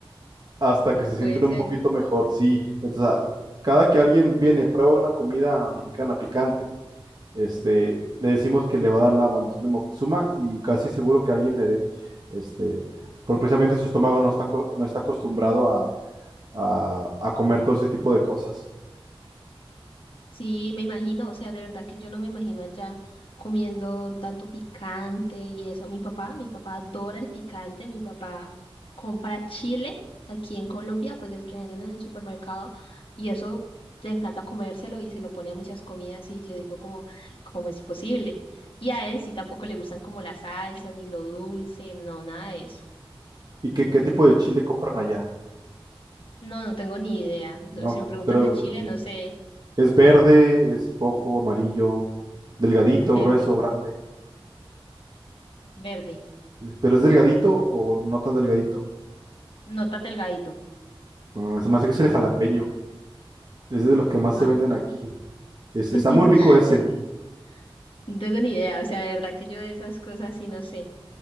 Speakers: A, on the right; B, on the left.
A: hasta que
B: No
A: se sienten
B: puede
A: un
B: ser.
A: poquito mejor. Sí, entonces, a- cada que alguien viene, prueba una comida mexicana picante, este, le decimos que le va a dar la maldición de Moctezuma y casi seguro que alguien le dé, este, porque precisamente su estómago no está, co- no está acostumbrado a, a- a comer todo ese tipo de cosas.
B: Sí, me imagino, o sea, de verdad que yo no me imagino allá comiendo tanto picante y eso. Mi papá, mi papá adora el picante, mi papá compra chile aquí en Colombia, pues el que venden en el supermercado, y eso le encanta comérselo y se lo pone a muchas comidas y yo digo como, ¿cómo es posible? Y a él sí tampoco le gustan como las salsas, ni lo dulce, no, nada de eso.
A: ¿Y qué, qué tipo de chile compran allá?
B: No, no tengo ni idea. No,
A: No,
B: Si me preguntas
A: pero
B: de chile,
A: eh,
B: no sé,
A: Es verde, es rojo, amarillo, delgadito,
B: es verde,
A: grueso, grande.
B: verde,
A: ¿Pero es delgadito o no tan delgadito?
B: no tan delgadito.
A: Ah, se me hace que es el jalapeño. Es de los que más
B: Ah.
A: se venden aquí. Es-
B: <laughs>
A: está muy rico ese.
B: No tengo ni idea, o sea, de verdad que yo de esas cosas sí no sé.